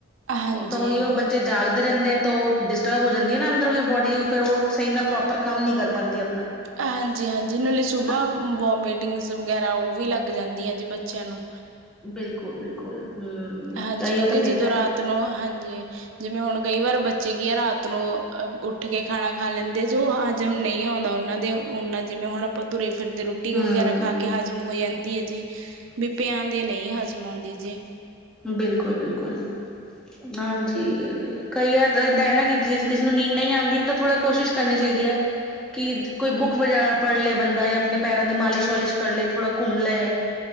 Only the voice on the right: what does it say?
ਹਾਂਜੀ।
ਹਾਂਜੀ ਹਾਂਜੀ ਇਹ ਲਈ ਸੁਬਾ
ਵੋਮਟਿੰਗ ਵਗੈਰਾ ਉਹ ਵੀ ਲੱਗ ਜਾਂਦੀਆਂ ਜੀ ਬੱਚਿਆਂ ਨੂੰ
ਹਾਂਜੀ
ਕਿਉਂਕਿ
ਜਦੋਂ ਰਾਤ ਨੂੰ ਹਾਂਜੀ ਜਿਵੇਂ ਹੁਣ ਕਈ ਵਾਰ ੱਚਗੀੀਆਂ ਰਾਤ ਨੂੰ ਅਹ ਉੱਠ ਕੇ ਖਾਣਾ ਖਾ ਲੈਂਦੇ ਜੋ ਹਜ਼ਮ ਨਹੀਂ ਆਉਂਦਾ ਉਹਨਾਂ ਦੇ ਉਹਨਾਂ ਜਿ ਹੁਣ ਆਪਾਂ ਤੁਰੇ ਫਿਰਦੇ ਰੋਟੀ
ਵਗੈਰਾ ਖਾ ਕੇ ਹਾਜ਼ਮ ਹੋ ਜਾਂਦੀ ਹੈ ਜੀ ਵੀ ਪਿਆ ਦੇ ਨਹੀਂ ਹਜ਼ਮ ਆਉਂਦੀ ਜੇ